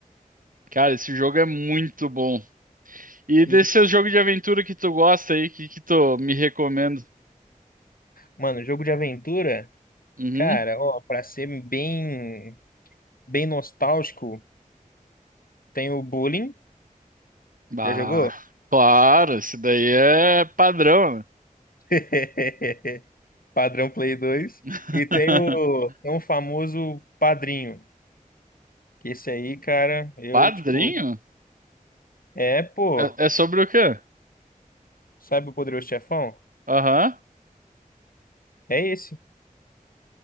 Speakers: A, on the right; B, on the left.
A: Cara, esse jogo é muito bom. E desse
B: E,
A: seu jogo de aventura que tu gosta aí, que, que tu me recomenda?
B: Mano, jogo de aventura,
A: Uhum.
B: cara, ó, pra ser bem, bem nostálgico, tem o Bullying.
A: Ah,
B: Já jogou?
A: claro, isso daí é padrão, né?
B: <laughs> Padrão Play dois
A: <laughs>
B: E tem o, tem um famoso Padrinho. Que esse aí, cara, eu,
A: Padrinho?
B: tipo, é, pô,
A: É, é sobre o quê?
B: sabe o Poderoso Chefão?
A: Aham.
B: É esse.